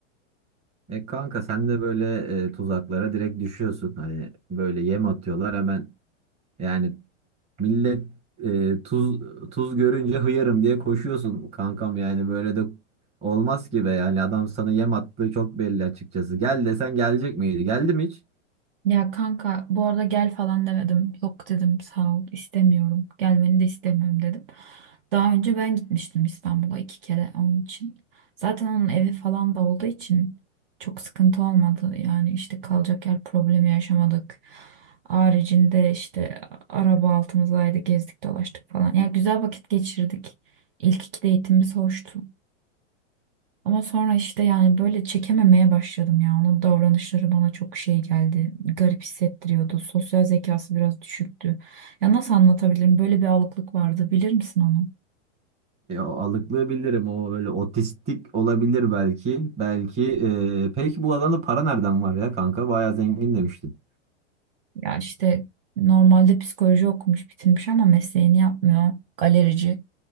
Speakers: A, on the right; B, on the right.
A: E kanka sen de böyle e, tuzaklara direkt düşüyorsun. Hani böyle yem atıyorlar hemen yani millet e, tuz tuz görünce hıyarım diye koşuyorsun kankam yani böyle de olmaz ki be yani adam sana yem attığı çok belli açıkçası. Gel desen gelecek miydi? Geldi mi hiç?
B: Ya kanka bu arada gel falan demedim. Yok dedim sağ ol istemiyorum. Gelmeni de istemiyorum dedim. Daha önce ben gitmiştim İstanbul'a iki kere onun için. Zaten onun evi falan da olduğu için çok sıkıntı olmadı. Yani işte kalacak yer problemi yaşamadık. Haricinde işte araba altımızdaydı gezdik dolaştık falan. Ya güzel vakit geçirdik. İlk iki date'imiz hoştu. Ama sonra işte yani böyle çekememeye başladım ya. Onun davranışları bana çok şey geldi. Garip hissettiriyordu. Sosyal zekası biraz düşüktü. Ya nasıl anlatabilirim? Böyle bir alıklık vardı. Bilir misin onu?
A: E, o alıklığı bilirim o böyle otistik olabilir belki. Belki e, peki bu alanda para nereden var ya kanka? Bayağı zengin demiştin.
B: Ya işte normalde psikoloji okumuş, bitirmiş ama mesleğini yapmıyor. Galerici.